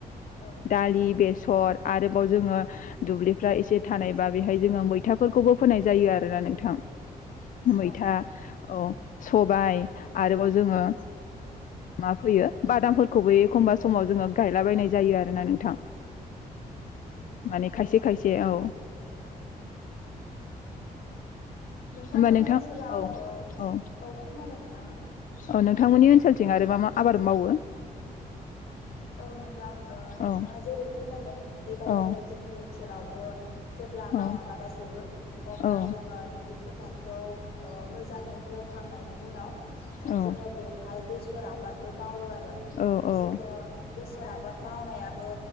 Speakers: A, on the left; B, on the left.
A: औ
B: दालि बेसर आरोबाव जोङो दुब्लिफ्रा एसे थानायबा बेहाय जोङो मैथाफोरखौबो फोनाय जायो आरोना नोंथां
A: <inaudible>
B: मैथा
A: औ
B: औ सबाय आरोबाव जोङो मा फोयो बादामफोरखौबो एखमबा समाव जोङो गायलाबायनाय जायो आरोना नोंथां
A: <inaudible>
B: माने
A: औ
B: खायसे खायसे औ
A: नोंथांमोननि
B: होमबा नोंथां
A: ओनसोलाव
B: औ
A: ओ
B: औ
A: फोरमायलाय नोंथाङा
B: औ नोंथांमोननि ओनसोलथिं आरोबा मा आबाद मावो
A: औ नोंथां ओ नोंथाङा
B: औ
A: ओ जेरै फोरमायदों बेबायदिनो
B: औ
A: जोंनि ओनसोलावबो जेब्ला माइ
B: औ
A: आबादा जोबो अब्ला
B: औ
A: जोङो दुब्लि फोथारखौ ओ मो जाङैे मावखांनायनि उनाव
B: औ
A: जोङो बेवहाय बेसर आबादबो मावो आरो
B: औ
A: जोङो
B: औ
A: बोसोर आबाद मावनायाबो